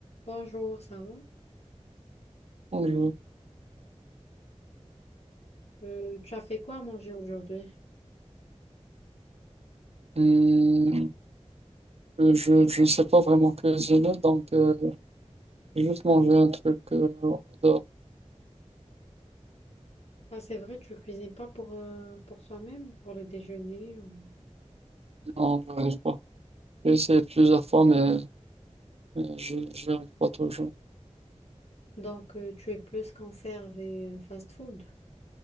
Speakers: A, on the left; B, on the right.
A: Bonjour, ça va?
B: Je,
A: Euh, tu as fait quoi à manger aujourd'hui?
B: hum, je, je sais pas vraiment cuisiner, donc euh, j'ai juste manger un truc euh, dehors.
A: Ah, c'est vrai, tu cuisines pas pour, euh, pour toi-même, pour le déjeuner. ou-
B: Non, j'arrive pas. J'ai essayé plusieurs fois, mais, mais j'y j'y arrive pas toujours.
A: Donc, euh, tu es plus conserve et euh, fast-food.